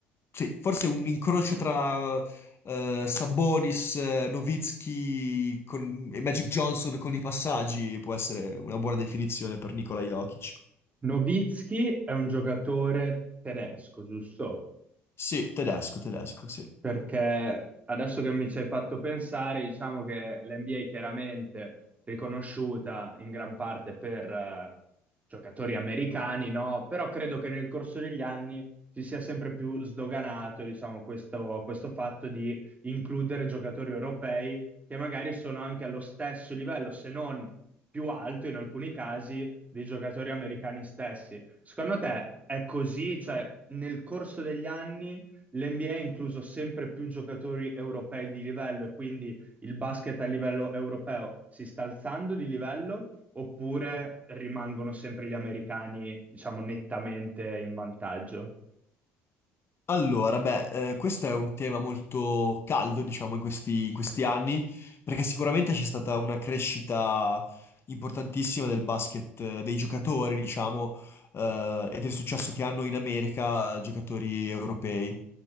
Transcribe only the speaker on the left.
sì, forse un incrocio tra eh, Sabonis, eh, Nowitzki con- e Magic Johnson con i passaggi può essere una buona definizione per Nikola Jokic.
Sì, tedesco, tedesco, sì.
Allora, beh, eh, questo è un tema molto caldo, diciamo, in questi, in questi anni, perché sicuramente c'è stata una crescita importantissima del basket, eh, dei giocatori, diciamo, eh, e del successo che hanno in America giocatori europei.